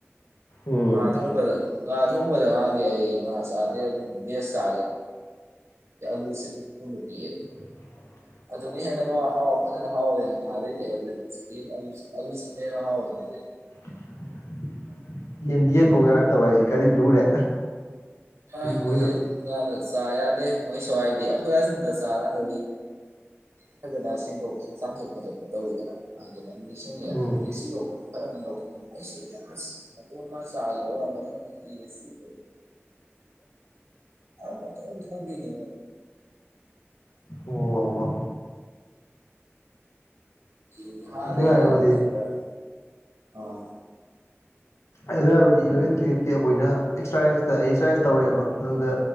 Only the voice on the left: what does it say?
ꯎꯝ
<inaudible>
<inaudible> ꯌꯦꯟ ꯌꯦꯟꯐꯧ ꯌꯥꯔꯛꯇꯕ ꯍꯥꯏꯁꯤ ꯀꯗꯤ ꯂꯨꯔꯦ꯫
ꯃꯣꯏꯗꯣ
ꯎꯝ
ꯑꯣ
ꯑꯗꯨ ꯍꯥꯏꯔꯨꯔꯗꯤ
ꯑꯗꯨ ꯌꯥꯔꯗꯤ ꯏꯂꯚꯦꯟ ꯇꯨꯌꯦꯜꯞꯀꯤ ꯑꯩꯈꯣꯏꯅ ꯑꯦꯛꯁꯔꯁꯥꯏꯁꯇ ꯑꯦꯛꯁꯔꯁꯥꯏꯁ ꯇꯧꯔꯛꯑꯦꯕ ꯑꯗꯨꯗ